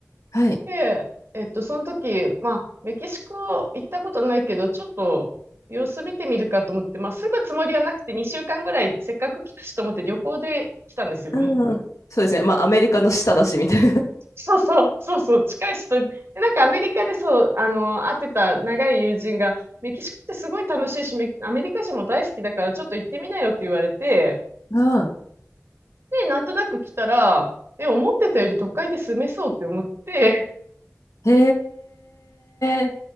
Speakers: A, on the left; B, on the right.
A: はい。
B: で、えっと、その時、まあ、メキシコ行ったことないけど、ちょっと様子見てみるかと思って、まあ、住むつもりはなくて2週間ぐらいせっかく来たしと思って旅行で来たんですよ。
A: うんうん。そうですね。まあ、アメリカの下だし、みたい
B: <laughs> そうそう、そうそう、近い人、でなんかアメリカでそう、あの、会ってた長い友人が、メキシコってすごい楽しいし、メアメリカ人も大好きだからちょっと行ってみなよって言われて、
A: な。<laughs> う
B: で、なんとなく来たら、え、思ってたより都会で住めそうって思って、
A: ん。へえ。